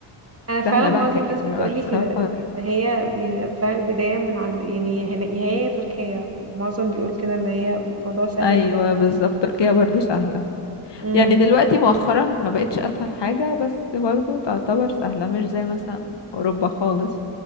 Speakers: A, on the right; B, on the left.
A: انا فعلا
B: سهلة بقى
A: معظم
B: كإجراءات
A: الناس بتقولي
B: سفر
A: كده ان هي يعني فعلا البدايه من عند يعني هنا يا هي يا تركيا معظم بيقول كده ان هي الموضوع سهل
B: أيوة
A: شويه
B: بالظبط تركيا برضو سهلة
A: امم
B: يعني دلوقتي مؤخرا ما بقتش اسهل حاجة بس برضو تعتبر سهلة مش زي مثلا اوروبا خالص